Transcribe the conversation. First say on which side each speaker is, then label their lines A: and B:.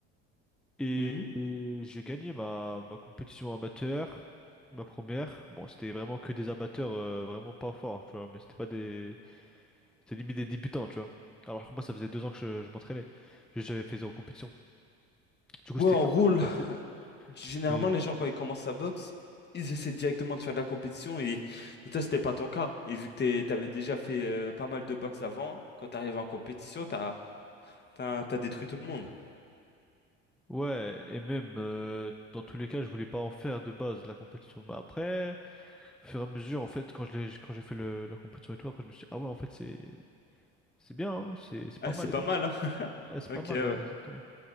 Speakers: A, in the centre; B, on the left.
A: et,
B: Mhm.
A: et j'ai gagné ma, ma compétition amateur, ma première. Bon, c'était vraiment que des amateurs, euh, vraiment pas forts, tu vois, mais c'était pas des, c'était limite des débutants, tu vois. Alors que moi, ça faisait deux ans que je, je m'entraînais. Juste, J'avais fait zéro compétition. Du coup,
B: Ouais,
A: c'était
B: en
A: un
B: gros,
A: peu trop facile,
B: Généralement,
A: mais.
B: les gens, quand ils commencent à boxe, ils essaient directement de faire de la compétition et, et toi, c'était pas ton cas. Et vu que t'es- t'avais déjà fait euh, pas mal de boxe avant, quand t'arrives en compétition, t'as, t'as, t'as détruit tout le monde.
A: Ouais, et même euh, dans tous les cas, je voulais pas en faire de base la compétition. Mais après, au fur et à mesure, en fait, quand je l'ai- quand j'ai fait le, la compétition et tout, après je me suis dit, ah ouais, en fait, c'est c'est bien, hein, c'est c'est
B: Ah,
A: pas mal
B: c'est pas
A: et tout.
B: mal, hein? <laughs>
A: Ah, c'est
B: Ok,
A: pas mal,
B: ouais.
A: ouais, exactement.